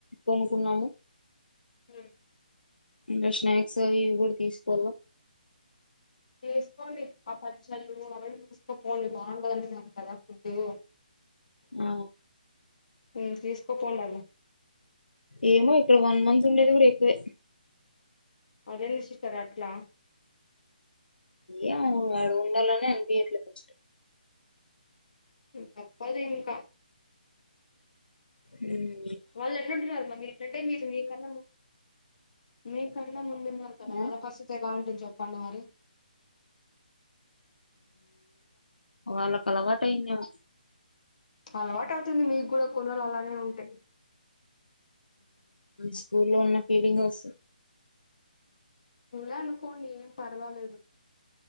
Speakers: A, on the left; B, on the left.
A: కొనుకున్నాము
B: ఉ
A: ఇంకా స్నాక్స్ అవి కూడా తీసుకోవాల
B: చేేసుకోండి ఆ పచ్చళ్ళు అవన్నీ చేసుకుపోండి బాగుండది అంటున్నారు కదా ఫుడ్డు
A: ఆ
B: ఉ తీసుకుపోండి అవి
A: ఏమో ఇక్కడ వన్ మంత్ ఉండేది కూడా ఎక్కువే
B: అదేంది సిస్టర్ అట్లా
A: ఏమో అడ ఉండాలని అనిపించట్లే ఫస్ట్
B: తప్పదు ఇంకా
A: ఉమ్
B: వాళ్ళు ఎట్లుంటున్నారమ్మ మీరు ఇట్లంటే మీరు మీ కన్నా మీ కన్నా ముందున్నారు కదా
A: ఆ
B: వాళ్ళ పరిస్థితి ఎలా ఉంటుంది చెప్పండి మరి
A: వాళ్ళకు అలవాటు అయిందేమో
B: అలవాటు అవుతుంది మీకు కూడా కొన్ని రోజులు అలానే ఉంటే
A: స్కూల్లో ఉన్న ఫీలింగే వస్తుంది
B: ఇలా అనుకోండి ఏం పర్వాలేదు.